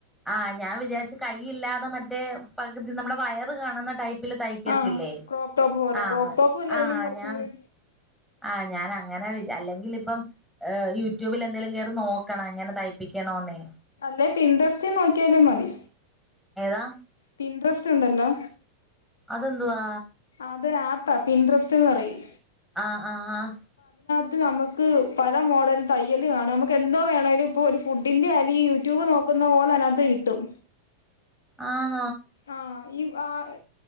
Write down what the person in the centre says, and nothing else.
ആഹ് ഞാൻ വിചാരിച്ചു കൈയില്ലാതെ മറ്റേ പകുതി നമ്മുടെ വയറ് കാണുന്ന ടൈപ്പ് പ്പില് തൈക്കത്തില്ലേ
ആ
ആ
ഞാ
ആ ഞാനങ്ങനെ വി അല്ലെങ്കിൽ ഇപ്പം യൂട്യൂബിൽ എന്തെങ്കലും കേറി നോക്കണം എങ്ങനെ തൈപ്പി ക്കണോന്നേ
ഏതാ
അതെന്തുവാ
ആഹ് ആഹ് ആഹ്
ആഹ്